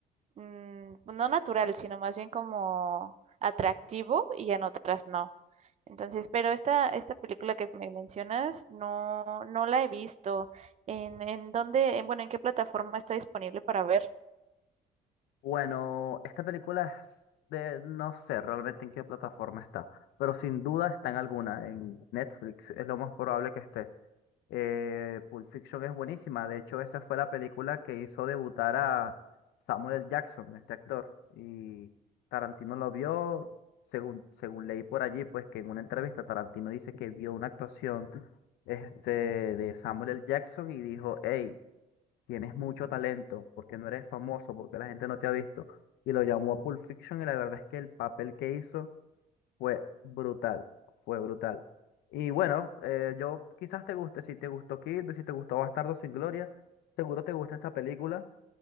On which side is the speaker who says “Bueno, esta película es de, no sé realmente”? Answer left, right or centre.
Left